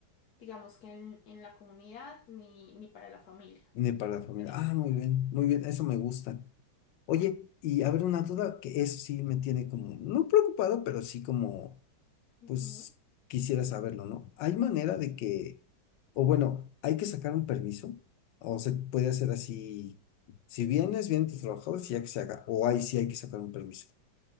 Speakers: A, on the left; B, on the left.
A: digamos que en, en la comunidad ni, ni para la familia.
B: Viene para la familia.
A: Sería
B: Ah,
A: lo importante.
B: muy bien, muy bien, eso me gusta. Oye, y a ver, una duda que eso sí me tiene como, no preocupado, pero sí como,
A: Ujú.
B: pues quisiera saberlo, ¿no? ¿Hay manera de que, o bueno, hay que sacar un permiso? ¿O se puede hacer así? Si vienes, vienen tus trabajadores y ya que se haga. O hay, sí hay que sacar un permiso.